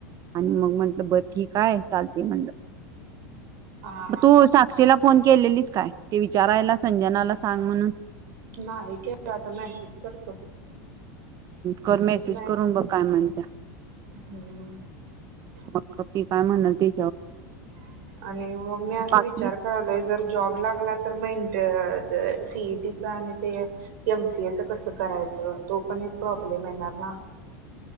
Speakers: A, on the right (about 40°); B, on the right (about 70°).
A: आणि मग म्हंटलं बर ठीकाय चालते म्हणलं
B: हा
A: मग
B: हा
A: तू
B: हा
A: साक्षीला फोन केलेलीस काय ते विचारायला संजनाला सांग म्हणून
B: नाही केला आता मेसेज करतो
A: कर मेसेज
B: मॅ
A: करून बघ काय म्हणत्या
B: <inaudible>
A: मग ती काय म्हणल ते
B: आणि मग मी अस
A: बाकी
B: विचार कारलोय जर जॉब लागला तर मग इं सीईटीचा आणि ते एमसीए कसं करायचं तो पण एक प्रॉब्लेम <unintelligible>